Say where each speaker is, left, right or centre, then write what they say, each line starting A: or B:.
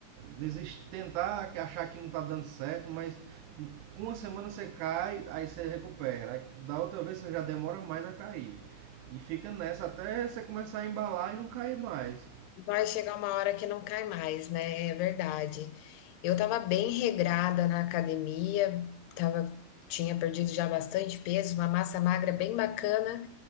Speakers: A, on the right (about 85°); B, on the left (about 85°).
A: desist, tentar achar que não está dando certo, mas com uma semana você cai, aí você recupera. Aí Da outra vez você já demora mais a cair. E fica nessa até você começar a embalar e não cair mais.
B: Vai chegar uma hora que não cai mais, né, é verdade. Eu tava bem regrada na academia, tava, tinha perdido já bastante peso, uma massa magra bem bacana,